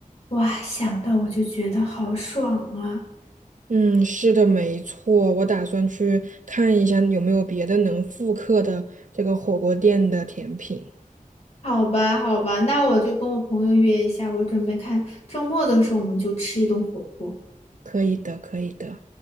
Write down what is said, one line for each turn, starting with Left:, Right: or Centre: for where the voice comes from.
Left: 哇，想到我就觉得好爽啊！
Right: 嗯，是的，没错，我打算去看一下有没有别的能复刻的这个火锅店的甜品。
Left: 好吧，好吧，那我就跟我朋友约一下，我准备看周末的时候我们就吃一顿火锅。
Right: 可以的，可以的。